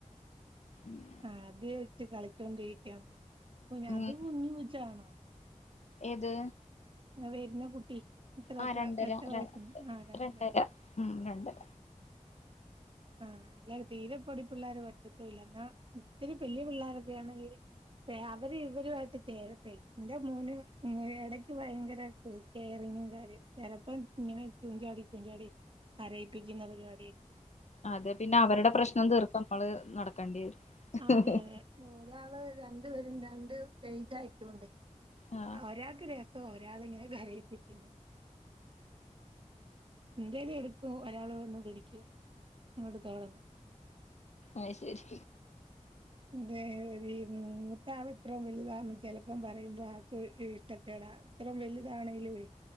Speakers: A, on the left; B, on the right.
A: ഉം
B: ആദ്യായിട്ട് കളിച്ചോണ്ടിക്കാം.
A: ഉം
B: അത് കുഞ്ഞ് കൊച്ചാണോ.
A: ഏത്
B: വെരുന്ന കുട്ടി. ഇത്രൊക്കെ
A: ആ രണ്ടര
B: എത്ര
A: ര
B: വയസ്സ് ആഹ് രണ്ടിലാ
A: രണ്ടര ഉം രണ്ടര
B: ആഹ് അല്ലേ തീരെപ്പൊടി പിള്ളേര് പറ്റത്തൂല്ല എന്നാ ഒത്തിരി പല്യ പിള്ളേരൊക്കെ ആണെങ്കി ചേ അവര് ഇവരുമായിട്ട് ചേരത്തില്ലം എന്റെ മോനും ഇടക്ക് ഭയങ്കര കെയറിങ്ങും കാര്യാ ചെലപ്പോ ഇങ്ങനെ ഇരിക്കും ചാടി ഇപ്പറം ചാടി കരയിപ്പിക്കുന്ന പരിപാടി ഒക്കെ
A: അതെ പിന്നെ അവരുടെ പ്രശ്നം തീർത്ത് നമ്മള് നടക്കേണ്ടി വരും
B: ആഹ് അതെ അതെ ഒരാള് രണ്ട് പേരും രണ്ട് എയ്ജ് ആയിക്കോണ്ടേ
A: ആ
B: ആഹ് ഒരാക്ക് ര ഒരാള് ഇങ്ങനെ കരയിപ്പിക്കുന്ന് എന്തേലും എടുക്കും ഒരാള് വന്ന് പിടിക്കും ഇങ്ങോട്ട് തൊടങ്ങും
A: അയ്ശെരി
B: എന്തേ ഈ മൂത്ത ആള് ഇത്രോം വലുതാമ്പം ചെലപ്പം പറയുമ്പോ ആക്ക് ഇഷ്ടക്കേടാ ഇത്രേം വലുതാണേലുവെ